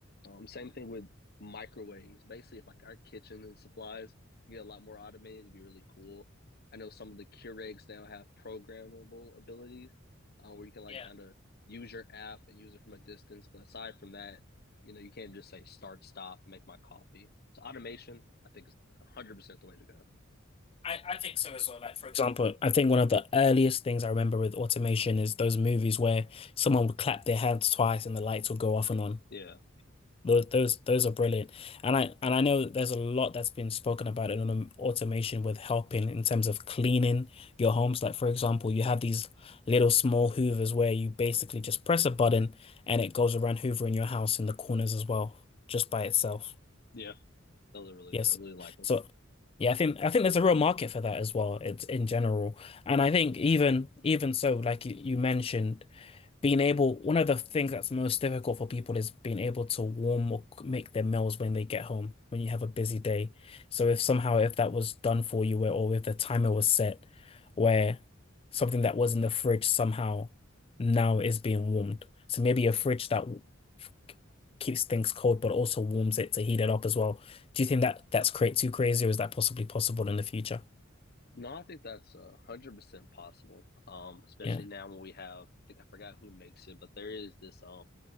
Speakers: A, on the left; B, on the left.
A: Um, same thing with microwaves. Basically, if like our kitchen and supplies get a lot more automated, it'd be really cool. I know some of the Keurigs now have programmable abilities uh, where you can like
B: yeah.
A: kind of use your app and use it from a distance. But aside from that, you know, you can't just say start, stop, make my coffee. So automation, I think, is 100% the way to go.
B: I I think so as well. Like for example, example, I think one of the earliest things I remember with automation is those movies where someone would clap their hands twice and the lights would go off and on.
A: Yeah.
B: Those those those are brilliant. And I and I know that there's a lot that's been spoken about in autom- automation with helping in terms of cleaning your homes. Like for example, you have these little small hoovers where you basically just press a button and it goes around hoovering your house in the corners as well, just by itself.
A: Yeah. Those are really
B: Yes.
A: good. I really like them.
B: So yeah, I think I think there's a real market for that as well. It's in general. And I think even even so, like you, you mentioned being able, one of the things that's most difficult for people is being able to warm or c- make their meals when they get home, when you have a busy day. So if somehow if that was done for you where, or if the timer was set where something that was in the fridge somehow now is being warmed. So maybe a fridge that w- f- keeps things cold but also warms it to heat it up as well. Do you think that that's cra too crazy or is that possibly possible in the future?
A: No, I think that's uh, 100% possible, um, especially
B: Yeah.
A: now when we have, I, think, I forgot who makes it, but there is this um,